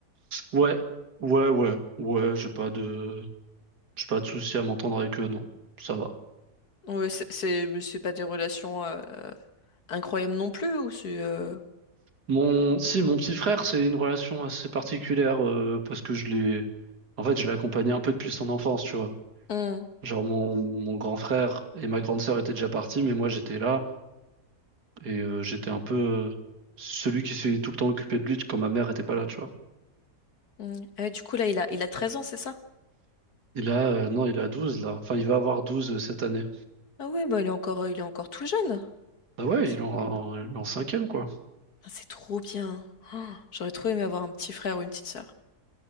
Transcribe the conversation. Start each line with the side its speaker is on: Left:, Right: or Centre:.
Right: Ouais, ouais, ouais, ouais, j'ai pas de, j'ai pas de souci à m'entendre avec eux, non. Ça va.
Left: Ouais, c'est... c'est- mais c'est pas des relations euh, incroyables non plus, ou c'est... euh,
Right: Mon, si, mon petit frère, c'est une relation assez particulière euh, parce que je l'ai, en fait, je l'ai accompagné un peu depuis son enfance, tu vois.
Left: hum,
Right: Genre mon, mon grand frère et ma grande sœur étaient déjà partis, mais moi j'étais là et euh, j'étais un peu euh, celui qui s'est tout le temps occupé de lui quand ma mère était pas là, tu vois.
Left: hum. Ah ouais, du coup, là, il a, il a 13 ans, c'est ça?
Right: Et là, euh, non, il a 12 là. Enfin, il va avoir 12 euh, cette année.
Left: Ah ouais, bah il est encore, euh, il est encore tout jeune.
Right: Ah ouais,
Left: Ok.
Right: il est en, il est en cinquième quoi.
Left: Ah, C'est trop bien. Oh, j'aurais trop aimé avoir un petit frère ou une petite sœur.